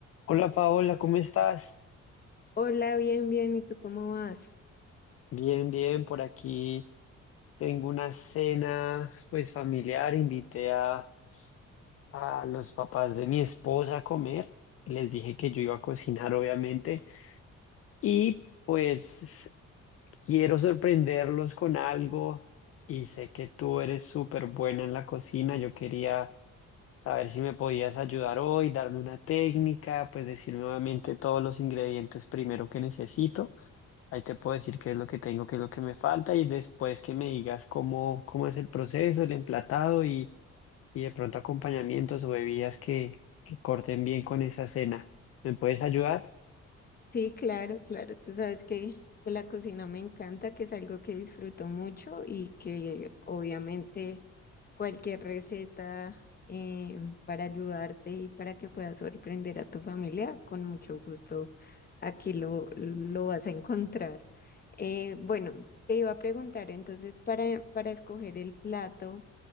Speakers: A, on the left; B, on the left.
A: Hola Paola, ¿cómo estás?
B: Hola, bien, bien, ¿y tú cómo vas?
A: Bien, bien, por aquí tengo una cena pues familiar, invité a, a los papás de mi esposa a comer y les dije que yo iba a cocinar obviamente y pues quiero sorprenderlos con algo y sé que tú eres súper buena en la cocina, yo quería saber si me podías ayudar hoy, darme una técnica, pues decirme nuevamente todos los ingredientes primero que necesito. Ahí te puedo decir qué es lo que tengo, qué es lo que me falta y después que me digas cómo, cómo es el proceso, el emplatado y, y de pronto acompañamientos o bebidas que, que corten bien con esa cena. ¿Me puedes ayudar?
B: Sí, claro, claro, tú sabes que, que la cocina me encanta, que es algo que disfruto mucho y que obviamente cualquier receta eh, para ayudarte y para que puedas sorprender a tu familia, con mucho gusto aquí lo, lo vas a encontrar. Eh, bueno, te iba a preguntar entonces para, para escoger el plato.